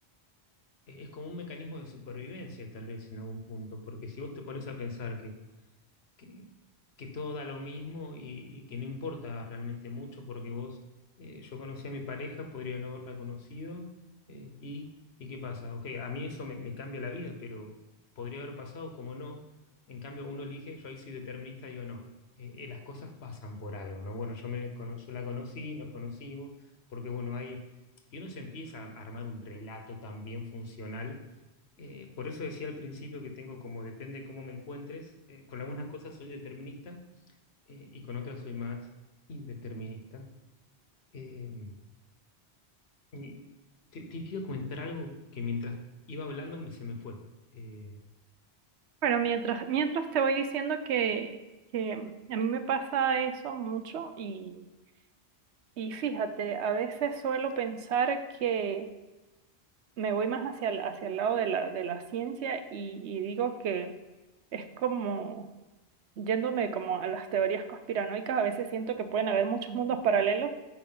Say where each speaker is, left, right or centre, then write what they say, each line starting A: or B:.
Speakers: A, on the left; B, on the right.
A: e-, Es como un mecanismo de supervivencia, tal vez, en algún punto, porque si vos te pones a pensar que, que, que todo da lo mismo y, y que no importa realmente mucho, porque vos, eh, yo conocí a mi pareja, podría no haberla conocido, eh, y, ¿y qué pasa? Ok, a mí eso me, me cambia la vida, pero podría haber pasado como no. En cambio, uno elige, yo ahí soy determinista, digo, no, eh, eh, las cosas pasan por algo, ¿no? Bueno, yo, me, cono- yo la conocí, nos conocimos, porque bueno, hay... Y uno se empieza a armar un relato también funcional eh, por eso decía al principio que tengo como depende cómo me encuentres. eh, con algunas cosas soy determinista eh, y con otras soy más indeterminista. Eh, y te, te quiero comentar algo que mientras iba hablando me- se me fue. Eh,
B: Bueno, mientras, mientras te voy diciendo que, que a mí me pasa eso mucho y, y fíjate, a veces suelo pensar que me voy más hacia el, hacia el lado de la, de la ciencia y, y digo que es como, yéndome como a las teorías conspiranoicas, a veces siento que pueden haber muchos mundos paralelos